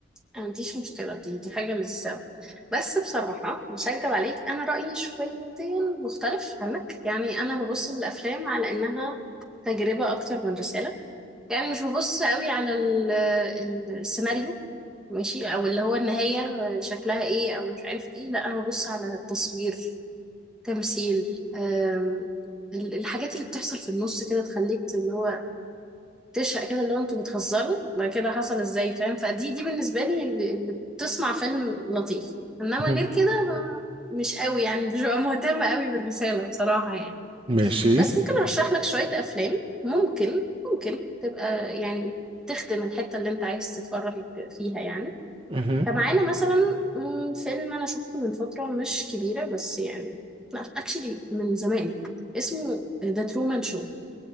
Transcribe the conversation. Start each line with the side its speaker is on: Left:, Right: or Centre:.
Centre: أنا ما عنديش مشكلة دي دي حاجة لذيذة أوي بس بصراحة مش هكدب عليك أنا رأيي شويتين مختلف عنك يعني أنا ببص للأفلام على إنها تجربة أكتر من رسالة يعني مش ببص قوي على ال- ال- السيناريو ماشي أو اللي هو النهاية شكلها إيه أو مش عارف إيه لا أنا ببص على التصوير تمثيل آم، ال- الحاجات اللي بتحصل في النص كده تخليك ت- اللي هو تشقى كده اللي هو انتوا بتهزروا ما كده حصل ازاي فاهم فدي دي بالنسبة لي اللي, اللي بتصنع فيلم لطيف انما
Right: مهم.
Centre: غير كده ما مش قوي يعني مش ببقى مهتمة قوي بالرسالة بصراحة يعني
Right: ماشي
Centre: بس ممكن ارشح لك شوية افلام ممكن ممكن تبقى يعني تخدم الحتة اللي انت عايز تتفرج فيها يعني
Right: مهم.
Centre: فمعانا مثلا مم، فيلم انا شفته من فتره مش كبيره بس يعني لا اكشلي من زمان اسمه ذا ترومان شو